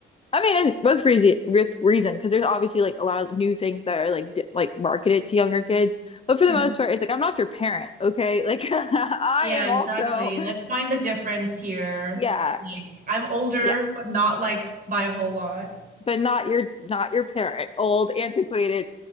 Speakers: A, on the left; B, on the right.
A: I mean, and with reason, with reason, because there's obviously like a lot of new things that are like di like marketed to younger kids. But for
B: Mhm.
A: the most part, it's like I'm not your parent, okay? Like <laughs> I
B: Yeah,
A: am
B: exactly.
A: also,
B: Let's find the difference here.
A: yeah,
B: Like, I'm older,
A: yeah,
B: but not like by a whole lot.
A: but not your not your parent, old, antiquated.